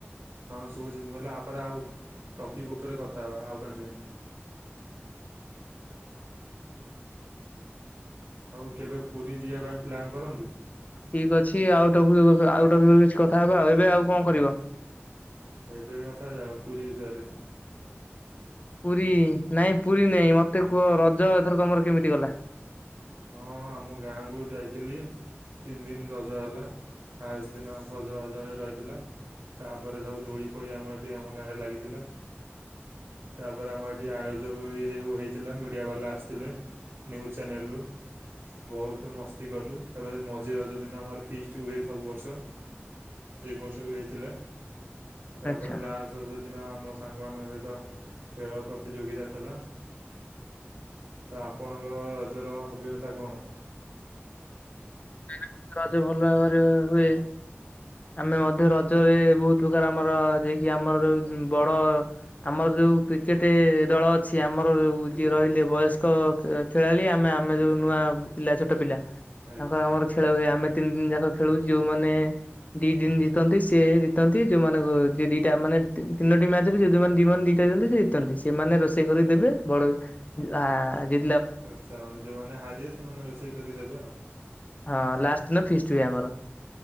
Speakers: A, on the right; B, on the left.
A: ହ ସୁବୁଚି ମୁ କହିଲି ଆ ପରେ ଆଉ ଟପିକ୍ ଉପରେ କଥା ହେବା ଆଉ ପାଞ୍ଚ ମିନିଟ୍ ଆଉ କେବେ ପୁରୀ ଯିବା ପାଇଁ ପ୍ଲାନ୍ କରନ୍ତୁ।
B: ଠିକ ଅଛି ଆଉ ଟ ଆଉ ଟ କିଛି କଥା ହବା ଆଉ ଏବେ ଆଉ କଣ କରିବ।
A: ଏବେ କଥା ଯାାଉ ପୁରୀ ବିଷୟରେ।
B: ପୁରୀ ନାଇଁ ପୁରୀ ନାଇଁ ମତେ କୁହ ରଜ ଏଥର ତମର କେମିତି ଗଲା?
A: ହଁ ଆମ ଗାଁକୁ ଯାଇଥିଲି। ତିନି ଦିନ ରଜ ହେଲା। ଫାଷ୍ଟ ଦିନ ସଜ ବାଜ ହେ ରହିଥିଲା। ତାପରେ ସବୁ ଦୋଳି ଫୋଳି ଆମ ଏଠି ଆମ ଗାଁ ରେ ଲାଗିଥିଲା। ତାପରେ ଆମ ଏଠି ଆ ଯୋଗ ବି ହୋଇଥିଲା। ମିଡ଼ିଆ ବାଲା ଆସିଥିଲେ ନ୍ୟୁଜ୍ ଚ୍ୟାନେଲରୁ। ବହୁତ ମସ୍ତି କଲୁ। ତାପରେ ମଝି ରଜ ଦିନ ଆମର ଫିସ୍ଟ ହୁଏ ସବୁ ବର୍ଷ। ସେଇ ବର୍ଷ ବି ହେଇଥିଲା। ତାପରେ
B: ଆଚ୍ଛା
A: ଲାଷ୍ଟ ଯୋଉ ଦିନ ଆମ ସାଙ୍ଗମାନଙ୍କ ସହିତ ଖେଳ ପ୍ରତିଯୋଗିତା ଥିଲା। ତ ଆପଣଙ୍କର ରଜର ଅଭିଜ୍ଞତା କଣ?
B: <unintelligible> ରଜ ଭଲ ଭାବରେ ହୁଏ। ଆମେ ମଧ୍ୟ ରଜରେ ବହୁତ ପ୍ରକାର ଆମର ଯିଏକି ଆମର ଯୋ ବଡ ଆମର ଯୋଉ କ୍ରିକେଟ ଦଳ ଅଛି, ଆମର ଯୋ
A: ଆଜ୍ଞା
B: ଯିଏ ରହିଲେ ବୟସ୍ କ ଖ ଖେଳାଳି ଆମେ ଆମେ ଯୋଉ ନୂଆ ପିଲା ଛୋଟ ପିଲା ତାଙ୍କର
A: ଆଜ୍ଞା
B: ଆମର ଖେଳ ହୁଏ ଆମେ ତିନି ଦିନ ଯାକ ଖେଳୁ। ଯୋଉମାନେ ଦି ଦିନ ଜିତନ୍ତି। ସ ସେ ଜିତନ୍ତି ଯୋଉମାନାନଙ୍କୁ ଯ ଦିଟା ମାନେ ତିନୋଟି ମ୍ୟାଚ ରେ ଯୋଉଉମାନେ ଦି ମାନ ଜିତନ୍ତି ସେ ସେମାନେ ରୋଷେଇ କରିକି ଦେବେ। ବଡ ଆ ଯ
A: ଆଚଛା ମାନେ ଯୋଉମାନେ ହାରିବେ ସେମାନେ ରୋଷେଇ କରିକି ଦେବେ ଆଉ।
B: ହଁ ଲାଷ୍ଟ ଦିନ ଫିଷ୍ଟ ହୁଏ ଆମର।